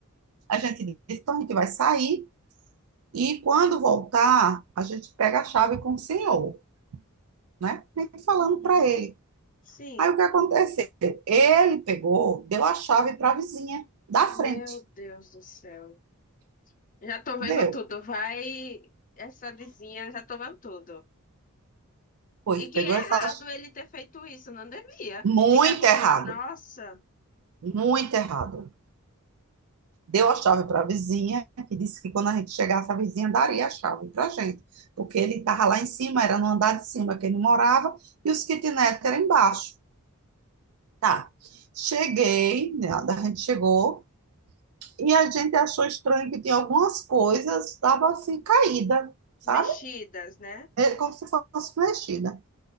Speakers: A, on the right (about 80°); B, on the left (about 35°).
A: A gente disse, então a gente vai sair e quando voltar, a gente pega a chave com o senhor, né? E falando
B: Uhum,
A: para ele
B: sim.
A: Aí o que aconteceu? Ele pegou, deu a chave para a vizinha da
B: Meu
A: frente.
B: Deus do céu. Já tô vendo
A: Deu.
B: tudo. Vai essa vizinha, já tô vendo tudo.
A: Pois
B: E que
A: pegou essa
B: errado
A: chave.
B: ele ter feito isso, não devia.
A: Muito
B: Ficar com.
A: errado.
B: Nossa,
A: Muito errado. Deu a chave para a vizinha, que disse que quando a gente chegasse, a vizinha daria a chave para a gente. Porque ele estava lá em cima, era no andar de cima que ele morava, e os kitnet eram embaixo. Tá. Cheguei, né, a gente chegou, e a gente achou estranho que tinha algumas coisas, estava assim, caída, sabe?
B: mexidas, né?
A: Como se fosse mexida.